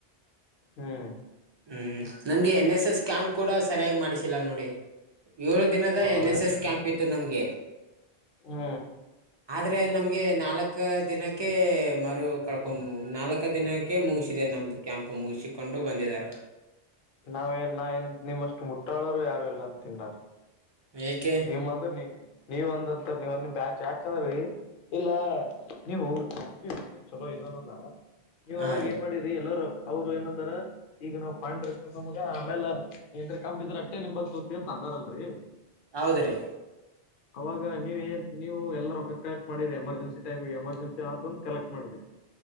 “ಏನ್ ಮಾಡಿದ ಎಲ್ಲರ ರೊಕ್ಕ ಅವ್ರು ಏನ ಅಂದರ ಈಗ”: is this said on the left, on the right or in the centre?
Left